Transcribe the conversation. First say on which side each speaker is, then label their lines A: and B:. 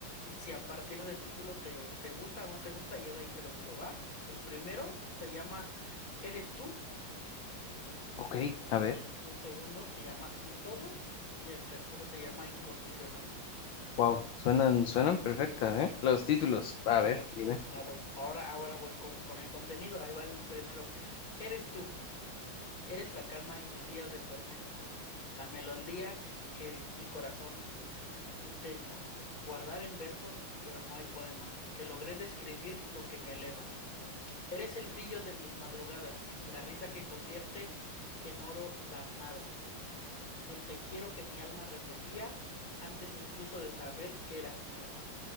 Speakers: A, on the left; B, on the left.
A: si a partir del título te, te gusta o no te gusta, y ya de ahí te los digo, ¿va? El primero se llama. Eres tú,
B: Ok, a ver.
A: el segundo se llama Mi Todo y el tercero se llama Incondicional.
B: Wow, suenan, suenan perfectas, ¿eh? Los títulos.
A: Ah,
B: A ver,
A: ok,
B: dime.
A: ah bueno, ahora, ahora voy con, con el contenido, ahí va el primero. Eres tú, eres la calma en mis días de tormenta, la melodía que mi corazón intenta guardar en versos, pero no hay poema, que logré describir lo que me eleva. Eres el brillo de mis madrugadas, la risa que convierte en oro las nadas. El te quiero que mi alma repetía antes incluso de saber que eras mía.